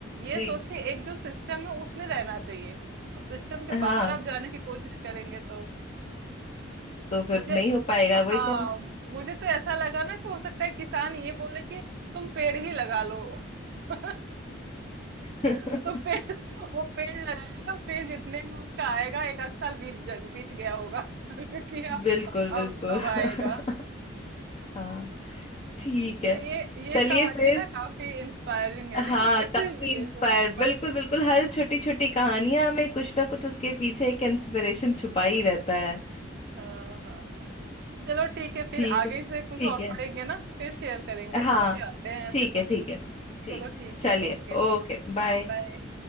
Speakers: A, on the right; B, on the left.
A: ये
B: जी
A: सोच के एक जो सिस्टम है उसमें रहना चाहिए अब सिस्टम के
B: हाँ
A: बाहर आप जाने की कोशिश करेंगे तो
B: तो फिर
A: मुझे
B: नहीं हो पाएगा वही
A: हाँ
B: करें
A: मुझे तो ऐसा लगा ना कि हो सकता है किसान ये बोले कि तुम पेड़ ही लगा लो <laughs>
B: <laughs>
A: तो पेड़ वो पेड़ लगाएगा पेड़ जितने भी उसका आएगा एक आध साल बीत जग बीत गया होगा <laughs> कि अब
B: बिल्कुल
A: अब
B: बिल्कुल
A: अब
B: <laughs>
A: आएगा
B: हाँ ठीक है
A: तो ये ये
B: चलिए
A: कहानी
B: फिर
A: है ना काफी इंस्पायरिंग है नहीं
B: हाँ
A: <laughs>
B: काफी
A: ये
B: इंस्पायर
A: सब बड़े
B: बिल्कुल बिल्कुल हर छोटी छोटी कहानियां में कुछ ना कुछ उसके पीछे एक इंस्पिरेशन छुपा ही रहता है
A: हाँ हाँ चलो ठीक है फिर
B: ठीक
A: आगे
B: है ठीक
A: से कुछ और
B: है
A: पढ़ेंगे ना फिर शेयर करेंगे
B: हाँ
A: मजे आते हैं ऐसे
B: ठीक
A: तो
B: है ठीक है ठीक
A: चलो ठीक
B: चलिए
A: है ओके
B: ओके बाय
A: बाय